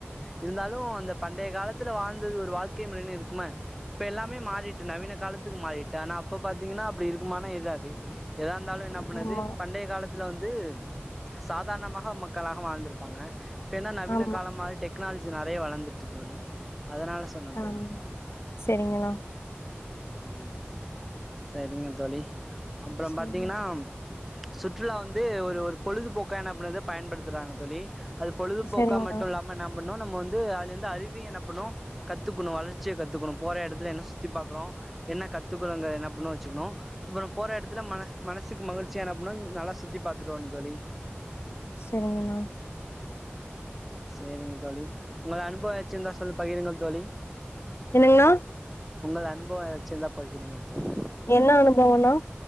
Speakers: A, in the centre; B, on the left.
A: இருந்தாலு அந்த பண்டைய காலத்துல வாழ்ந்தது ஒரு வாழ்க்கை முறனு இருக்குமா இப்ப எல்லாமே மாறிட்டு நவீன காலத்துக் மாறிட் டானா அப்ப பாத்தீங்கன்னா அப்டி இருக்குமன்ன இருக்காது ஏதாவ இருந்தாலு என்ன பண்ணது
B: ஆமா
A: பண்டைய காலத் இதுல வந்து சாதாரணமாக மக்களாக வாழ்ந்துருப்பாங்க. ஏனா நவீன
B: ஆமா
A: கால மாறிட்டேப் டெக்னாலஜி நெறைய வளந்துருக்கு தோழி அதனால சொன்னே தோழி
B: ஆமா செரிங்கண்ணா
A: ம் ம் சேரிங்க தோழி அப்புற
B: சரிங்க
A: பாத்தீங்கன்னா சுற்றுலா வந்து ஒரு ஒரு பொழுதுபோக்க என்ன பண்ணுது பயன்படுத்துறாங்க தோழி அது பொழுதுபோக்கா
B: செரிங்கண்ணா
A: மட்டு இல்லாம நம்ப நோட் நம்ம வந்து அதுலருந்து அருவிய என்ன பண்ணும் கத்துக்கணு வளர்ச்சிய கத்துக்கணும் போற எடத்துல என்ன சுத்தி பாக்கறோ என்ன கத்துக்குறோங்க என்ன பண்ணு வச்சுக்கணு அப்ற போற இடத்துல மனசுக்கு மகிழ்ச்சியா என்ன பண்ணு நல்லா சுத்தி பாத்துட்டு வரனு தோழி
B: சரிங்கணா
A: சேரிங்க தோழி உங்க அனுபவ ஏதாச்சு இருந்தா சொல்லி பகிருங்க தோழி
B: ஏனுங்கண்ணா
A: உங்கள் அனுபவ அனுபவ ஏதாச்சு இருந்தா பகிருங்க தோழி
B: என்ன அனுபவணா